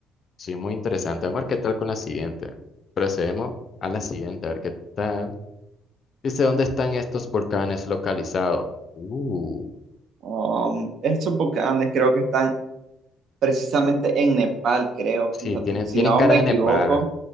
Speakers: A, on the left (about 45°); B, on the right (about 60°).
A: Sí, muy interesante. Vamos a ver qué tal con la siguiente. Procedemos a la siguiente, a ver qué tal. Dice, ¿dónde están estos volcanes localizados? Uh,
B: Um, estos volcanes creo que están precisamente en Nepal, creo,
A: sí,
B: fíjate.
A: tienen,
B: Si
A: tienen
B: no
A: cara
B: me
A: de
B: equivoco,
A: Nepal.